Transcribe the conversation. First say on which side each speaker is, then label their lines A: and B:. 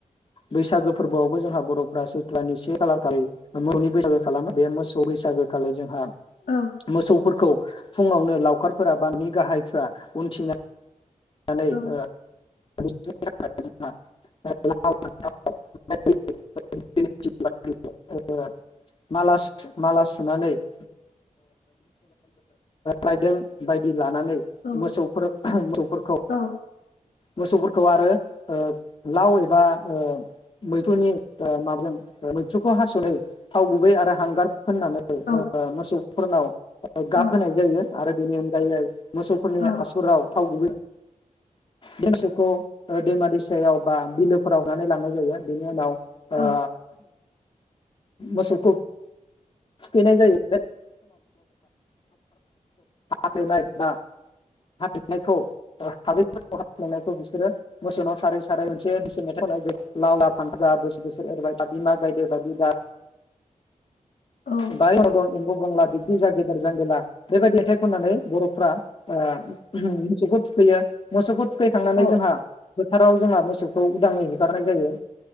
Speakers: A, on the left (about 40°); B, on the left (about 80°).
A: बैसागो फोरबोआवबो जोंहा बर'फ्रा सैख्लानि से खालार खालि मोसौनि बैसागो खालामो। बे मोसौ बैसागो खालि जोंहा
B: औ
A: मोसौफोरखौ फुङावनो लावखारफोरा बा न'नि गाहायफ्रा उनथिना नानै
B: औ
A: ओ <unintelligible> माला सु माला सुनानै <unintelligible> राइदों बायदि लानानै
B: औ
A: मोसौफोर मोसौफोर
B: औ।
A: मोसौफोरखौ आरो ओ लाव एबा ओ मैथ्रुनि माबाजों मैथ्रुखौ हास'नो थाव गुबै आरो हांगार फोननानै
B: औ
A: ओ मोसौ फोरनाव
B: औ
A: गाब होनाय जायो। आरो बिनि अनगायै मोसौफोरनि
B: औ
A: आसुगुराव थाव गुबै देंसोखौ ओ दैमा दैसायाव बा बिलोफोराव होनानै लांनाय जायो बेनि उनाव ओ
B: औ
A: मोसौखौ सुफैनाय जायो बे हाफ्लेनाय बानायखौ हैफोरखौ ह्लेनायखौ बिसोरो मोसौाव सारै साराय मोनसे बिस मेथाइ खनाय ज लाावला फानथा बोसोर बोसोर एओरबाय दा बिमा गायद बिदा <inaudible> <inaudible> <unintelligible>
B: औ
A: बाय म दं एम्बु बंला बिब्दि जा गेदेर जांगिला बेबायदि मेथाइ खननानै बर'फ्रा ओ होम फैयो मुसुगुद फैखांनानै
B: औ
A: जोंहा फोथार औ जोंहा मोसौखौ उदाङै हेगारनाय जायो